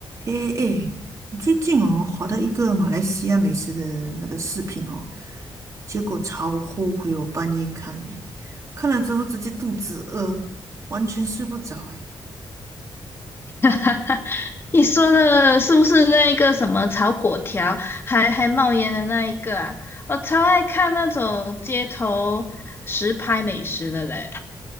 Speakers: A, on the right (about 35°); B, on the left (about 25°).
A: 诶诶，最近哦，滑到一个马来西亚美食的那个视频哦，结果超后悔我半夜看诶，看了之后直接肚子饿，完全睡不着诶。
B: <laughs> 你说的是不是那一个什么炒粿条，还还冒烟的那一个啊？我超爱看那种街头实拍美食的嘞。